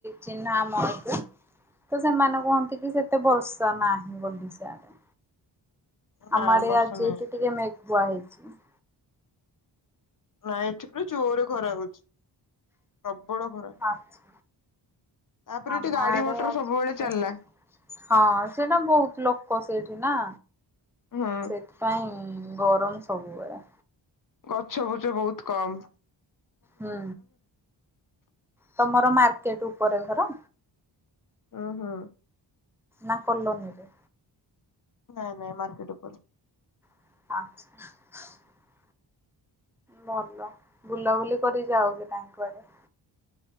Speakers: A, in the centre; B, on the left (about 45°).
A: ଚିହ୍ନା ଆମ ଆଡେ। ତ ସେମାନେ କୁହନ୍ତି କି ସେତେ ବର୍ଷା ନାହିଁ ବୋଲିସିଆଡେ।
B: ନା
A: ଆମର ଆଡେ
B: ବର୍ଷା
A: ଆଜି
B: ନାହିଁ
A: ଟିକେ ମେଘୁଆ ହେଇଚି। ଆ <unintelligible>
B: ନାଇଁ ଏଠି ପୁରା ଜୋର ଖରା ହଉଛି। ପ୍ରବଳ ଖରା।
A: ଆଚ୍ଛା
B: ତାପରେ ଏଠି
A: ଆମ
B: ଗାଡି
A: ଆଡେ
B: ମଟର
A: ଆଜି
B: ସବୁବେଳେ
A: ଟିକେ
B: ଚାଲିଲା
A: ହଁ ସେଟା ବହୁତ ଲୋକ ସେଇଠି ନା।
B: ହୁଁ
A: ସେଥିପାଇଁ। ଗରମ ସବୁବେଳେ
B: ଗଛ ପୁଛ ବହୁତ କମ୍।
A: ହୁଁ ତମର ମାର୍କ ଟିକେଟ ଉପରେ ଘର।
B: ହୁଁ ହୁଁ।
A: ନା କଲୋନୀରେ।
B: ନାଇଁ ନାଇଁ ମାର୍କେଟ ଉପରେ।
A: ଆଚ୍ଛା। ଭଲ ବୁଲାବୁଲି କରି ଯାଉନି କି କୁଆଡ଼େ